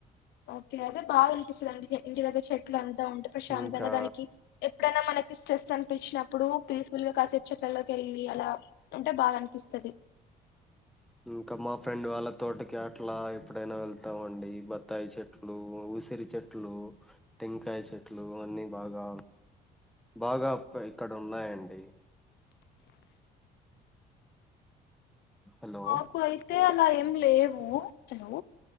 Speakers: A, on the left; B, in the centre.
A: ఓకే అయితే బాగా అనిపిస్తుంది ఇంటి దగ్గర చెట్లు అం ప్రశాంతంగా
B: ఇంకా
A: దానికి ఎప్పుడైనా మనకి స్ట్రెస్ అనిపించినప్పుడు పీ పీస్ ఫుల్గా కాసేపు చెట్టల్లోకి వెళ్ళి అలా బాగా అనిపిస్తది
B: ఇంక మా ఫ్రెండ్ వాళ్ళు తోటకి అట్లా ఎప్పుడైనా వెళ్తామండి బత్తాయి చెట్లు ఉసిరి చెట్లు టెంకాయ చెట్లు అన్నీ బాగా బాగాబ్ ఇక్కడ ఉన్నాయండి హలో
A: మాకు అయితే అలా ఏం లేవు హలో